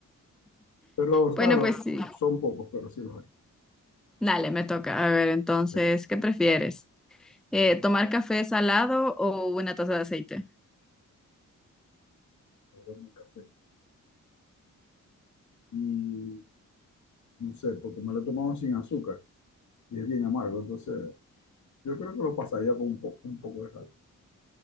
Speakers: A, on the left (about 65°); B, in the centre.
A: Pero
B: Bueno,
A: claro,
B: pues sí.
A: son pocos, pero sí los hay.
B: Dale, me toca. A ver, entonces,
A: Vale,
B: ¿qué prefieres? Eh, ¿tomar café salado o una taza de aceite?
A: perdón el café. Y no sé, porque me lo he tomado sin azúcar y es bien amargo, entonces yo creo que lo pasaría con un poco, un poco de sal.